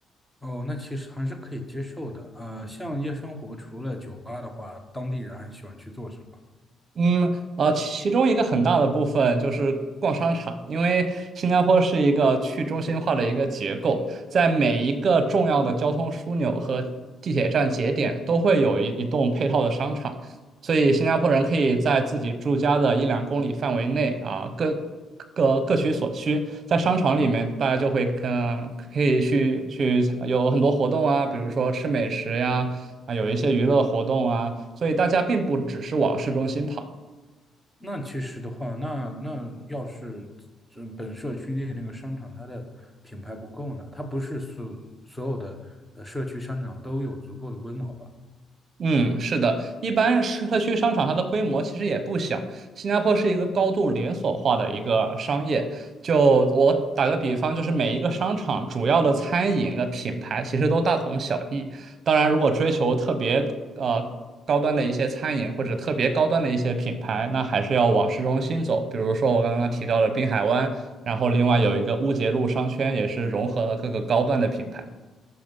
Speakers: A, in the centre; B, on the right.
A: 哦，那其实还是可以接受的。呃，像夜生活除了酒吧的话，当地人还喜欢去做什么？
B: 嗯，呃，其其中一个很大的部分就是逛商场，因为新加坡是一个去中心化的一个结构，在每一个重要的交通枢纽和地铁站节点都会有一一栋配套的商场，所以新加坡人可以在自己住家的一两公里范围内啊，各各各取所需，在商场里面，大家就会嗯、呃可以去去有很多活动啊，比如说吃美食呀，啊，有一些娱乐活动啊，所以大家并不只是往市中心跑。
A: 那其实的话，那那要是这本社区内那个商场它的品牌不够呢，它不是所所有的呃社区商场都有足够的规模吧？
B: 嗯，是的，一般社区商场它的规模其实也不小。新加坡是一个高度连锁化的一个商业。就我打个比方，就是每一个商场主要的餐饮的品牌其实都大同小异。当然，如果追求特别呃高端的一些餐饮或者特别高端的一些品牌，那还是要往市中心走。比如说我刚刚提到的滨海湾，然后另外有一个乌节路商圈，也是融合了各个高端的品牌。